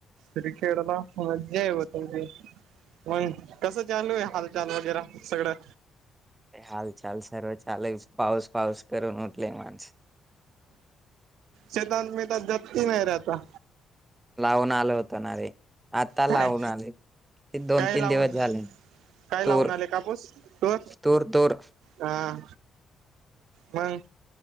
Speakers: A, on the right (about 85°); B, on the right (about 15°).
A: ्री खडला मजा यवती. मग कसं चालू आहे हालचाल वगैरे सगळं
B: ते हाल चाल सर्व चाल आहे पाऊस पाऊस करून उठले माणस.
A: शतान मी तर जपती नाही राहता.
B: लावून आल होत ना रे आता लावून
A: काय
B: आले ते दोन
A: काय
B: तीन
A: लावून
B: दिवस झाले.
A: काय लावून
B: तूर
A: आले कापूस तो?
B: तूर तूर
A: हा मग